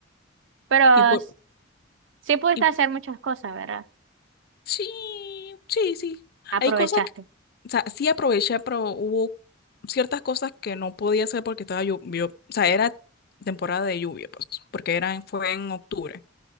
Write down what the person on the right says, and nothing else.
Pero
s- sí pudiste
hacer muchas cosas, ¿verdad?
Aprovechaste.